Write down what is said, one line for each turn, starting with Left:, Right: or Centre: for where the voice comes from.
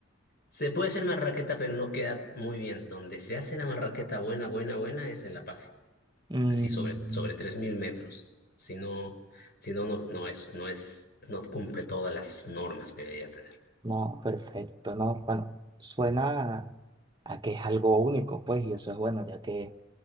Left: Se puede hacer marraqueta, pero no queda muy bien. Donde se hace la marraqueta buena, buena, buena es en La Paz,
Right: Mm,
Left: así sobre, sobre 3.000 metros. Si no, si no, no, no es, no es, no cumple todas las normas que debería tener.
Right: No, perfecto, no, bueno, suena a a que es algo único, pues, y eso es bueno, ya que